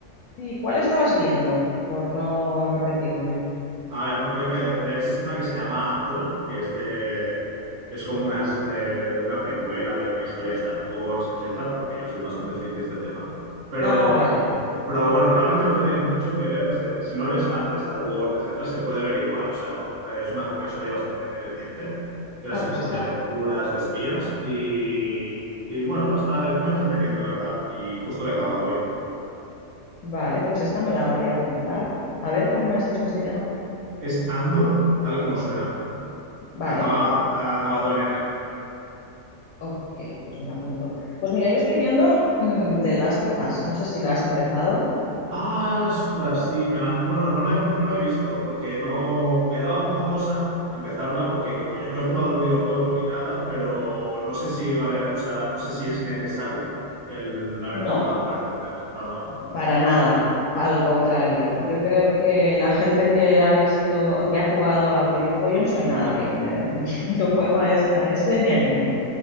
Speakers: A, on the left; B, on the right.
A: ¿Y cuál estabas viendo? Por no repetirme.
B: A ver, no creo que... Es una que se llama Andor, que es de... Es como una, de de una precuela de una historia de Star Wars, etcétera. Bueno, que yo soy bastante friki de este tema. Pero,
A: Ah, vale.
B: pero bueno, realmente no tiene mucho que ver. O sea, si no eres fan de Star Wars, etcétera, se puede ver igual. O sea, for- es una, como una historia bastante independiente, que es
A: Ah,
B: así como
A: pues esta.
B: de aventuras, de espías. Y, y bueno, está, es muy entretenido, la verdad. Y justo lo he acabado hoy.
A: Vale, pues esta me la voy a apuntar. A ver, ¿cómo me has dicho que se llama?
B: Es Andor, tal como suena.
A: Vale.
B: Acaba, ha acabado en R.
A: Ok, pues me la apunto. Pues mira, yo estoy viendo mm, The Last of Us. No sé si la has empezado.
B: Ah, ostras, sí, me la han- bueno, no la he, no la he visto porque no me daba como cosa empezarla porque como yo no he jugado el videojuego ni nada, pero no sé si vale, o sea, no sé si es necesario el haber
A: No,
B: jugado para entenderla. No, no.
A: para
B: Vale, vale,
A: nada. Al contrario, yo creo que la gente que ha visto o que ha jugado al videojuego, yo no soy nada gamer, ¿eh? <laughs> Ni, ni juego
B: vale.
A: a, es- a ese ni a ninguno.